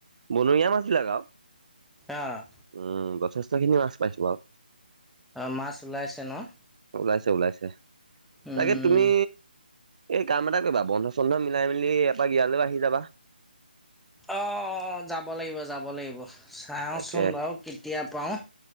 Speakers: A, on the right; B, in the centre.
A: বনৰীয়া মাছ বিলাক আৱ,
B: অ',
A: উম যথেষ্টখিনি মাছ পাইছোঁ বাৰু।
B: অঁ মাছ ওলাইছে ন'?
A: ওলাইছে ওলাইছে
B: উম,
A: তাকে তুমি এই কাম এটা কৰিবা বন্ধ চন্ধ মিলাই মেলি এপাক ইয়ালৈও আহি যাবা।
B: অঁ যাব লাগিব যাব লাগিব। চাওঁচোন
A: তাকে
B: বাৰু কেতিয়া পাৰোঁ,